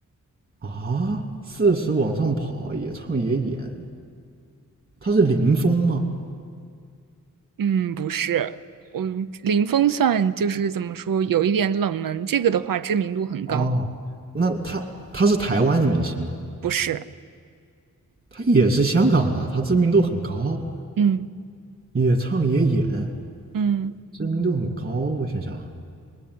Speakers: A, on the right (about 40°); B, on the right (about 80°).
A: 啊，四十往上跑，也唱也演，他是林峰吗？
B: 嗯，不是。嗯，林峰算就是怎么说，有一点冷门。这个的话，知名度很高。
A: 哦，那他他是台湾的明星吗？
B: 不是，
A: 他也是香港的，他知名度很高，
B: 嗯
A: 也唱也演，
B: 嗯
A: 知名度很高。我想想啊，